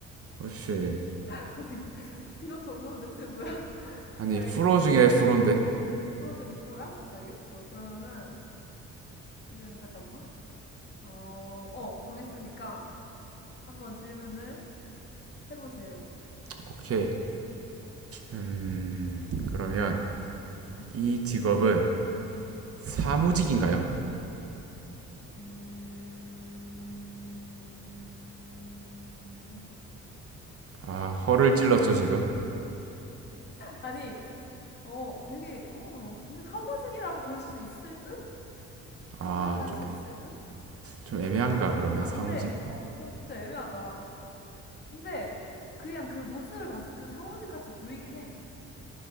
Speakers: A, on the right; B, on the left.
A: 혹시
B: <laughs> 아니 직업 전문은 대체 뭐야? <laughs>
A: 아니
B: 알겠어.
A: 프로 중에 프로인데
B: 프로 중에 프로야? 알겠어. 그러면은 지금 잠깐만. 어, 어 정했으니까 한번 질문을 해보세요.
A: 오케이 음 그러면
B: 음?
A: 이 직업은
B: 음.
A: 사무직인가요?
B: 음...
A: 아 허를 찔렀죠 지금
B: 아니, 어, 되게, 어, 근데 사무직이라고 볼 수 있을 듯? 그렇게
A: 아좀
B: 생각할
A: 좀
B: 수 있을 듯?
A: 좀 애매한가 그러면
B: 아,
A: 사무직?
B: 근데, 어, 하, 진짜 애매하다. 근데, 그냥 그 모습을 봤을 땐 사무직 같이 보이긴 해.